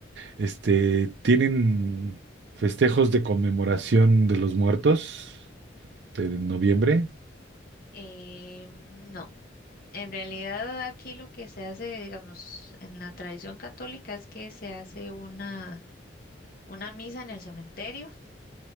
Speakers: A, on the right; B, on the left.
A: este, tienen festejos de conmemoración de los muertos de noviembre.
B: Eh, no, en realidad aquí lo que se hace, digamos, en la tradición católica es que se hace una, una misa en el cementerio